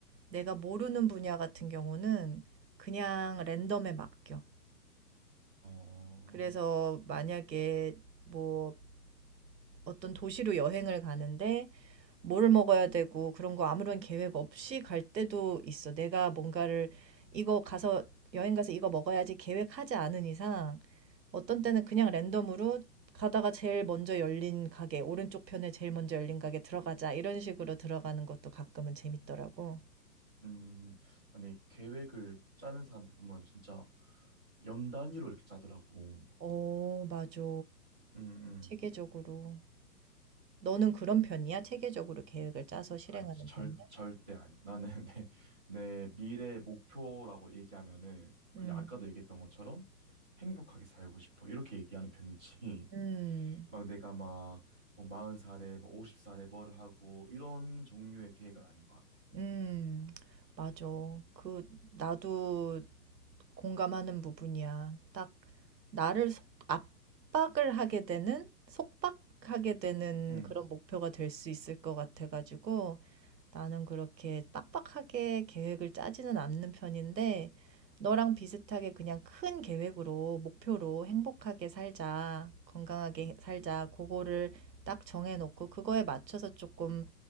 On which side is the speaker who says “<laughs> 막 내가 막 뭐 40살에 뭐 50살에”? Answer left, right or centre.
Centre